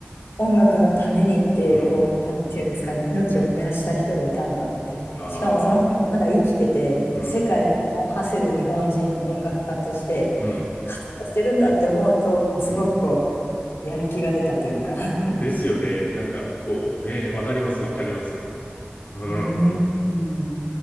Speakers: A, on the left; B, on the left.
A: 音楽のためにって、
B: うん、
A: こう、なんていうんですかね、
B: うん、
A: 命を燃やした人がいたんだって。
B: うん。ああ、
A: しかもその人がまだ生きてて、
B: うん、
A: 世界に名を馳せる日本人音楽家として活動してるんだって思うと、
B: うん、
A: こう、すごくこ
B: うん。
A: う、やる気が出たというか <laughs>
B: ですよね。なんか、こう、ね、わかります、わかります。うん。
A: うーん、